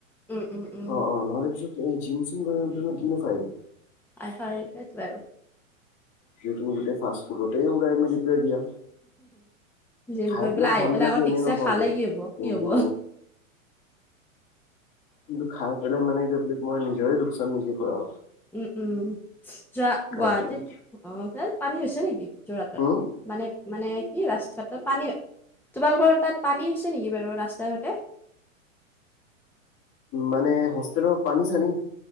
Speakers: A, in the centre; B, on the left (about 45°).
A: উম উম উম
B: অ', অ', নহলে পিছত তুমি জিম-চিম গৈ পেলাই নো কি ফাইদা।
A: হয়, হয়, সেইটোৱে আৰু।
B: যদি তুমি গোটেই ফাষ্টফ ফুডতে উৰাই মেলি পেলাই দিয়া।
A: জিম
B: খাই
A: গৈ পেলাই
B: ভাল
A: আহি পেলাই
B: লাগে
A: আকৌ
B: এনে
A: ঠিকছে
B: নকওঁগে
A: খালে কি হ'ব
B: কিন্তু
A: কি হ'ব।
B: কিন্তু খাই পেলাই মানে কি মই নিজৰে লোকচান নিজে কৰা।
A: উম, উম, যোৱা
B: খাই
A: গুৱাহাটীত
B: পেলাই
A: অ', তাত পানী হৈছে নেকি? যোৰহাটত
B: হুম
A: মানে মানে কি ৰাস্তটোৰ পানী তোমালোকৰ তাত পানী হৈছে নেকি বাৰু ৰাস্তাই ঘাতে?
B: মানে হোষ্টেলৰ পানী-চানী